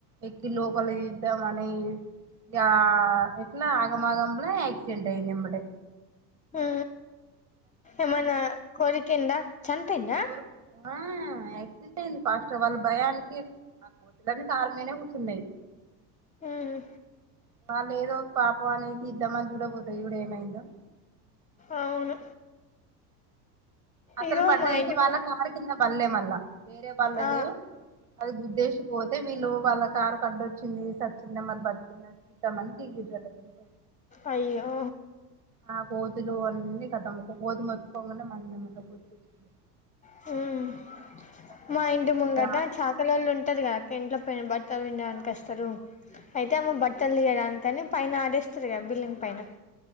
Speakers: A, on the right (about 35°); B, on the left (about 15°).
A: ఎక్కి లోపలికి దా మన ఈ ఎహె ఇట్లా ఆగం ఆగంల ఎక్కిండే నేం‌బడే
B: ఊ ఏమన్నా కోరికింద చనిపోయిందా.
A: కోరుకు ఆ ఎక్ తింటేంది ఫస్ట్ గా వాళ్ళ భయానికి ఆ కోతులన్నీ కారుమీదనే కూర్చున్నాయి.
B: ఉమ్
A: బాలేదో పాపం అనేసి ఇద్దామని చూడబోతే ఇప్పుడు ఏమైందో.
B: అవును
A: అసలు
B: ఇగో
A: పడ్డాయి
B: మా
A: అయితే
B: ఇంటి
A: వాళ్ళ
B: ము
A: కారు కింద పల్లె మల్ల వేరే వాళ్ళది
B: ఆ
A: అది గుద్దేశిపోద్ తే వీళ్ళు వాళ్ళ కారుకు అడ్డు వచ్చింది. చచ్చింద మరి బతుకింద తె కొంత మంది దిగిరదదంట
B: అయ్యో
A: ఆ కోతులు అన్ని ఇది కథ మొత్తం కోతి మోత్తుకోంగానే మంది అంద ఆహ్
B: హ్మ్
A: కతం
B: మా ఇంటి ముంగట
A: ఇగ
B: చాకలోళ్ళు ఉంటారు కదాక్క ఇంట్లో పెంబట్ వినడాన్నికివస్తారు
A: ఆ
B: అయితే ఆమె బట్టలు తీయడానికి కాని పైన ఆరెస్తారు కదా బిల్డింగ్ పైన